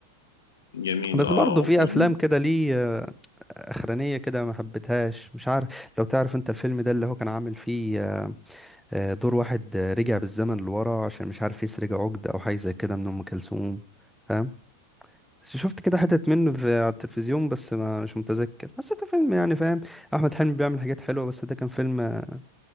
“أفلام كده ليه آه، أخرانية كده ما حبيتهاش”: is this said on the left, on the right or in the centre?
Centre